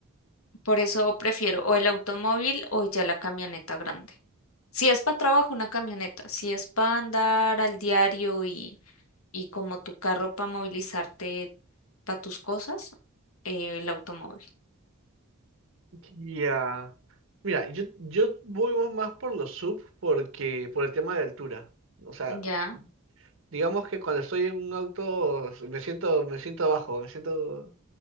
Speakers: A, on the left (about 70°); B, on the right (about 60°).
A: Por eso prefiero o el automóvil o ya la camioneta grande. Si es para trabajo, una camioneta. Si es para andar al diario y, y como tu carro para movilizarte para tus cosas, eh, el automóvil.
B: Ya. Mira, yo, yo voy más más por los sub porque por el tema de altura. O sea,
A: Ya,
B: digamos que cuando estoy en un auto me siento, me siento bajo, me siento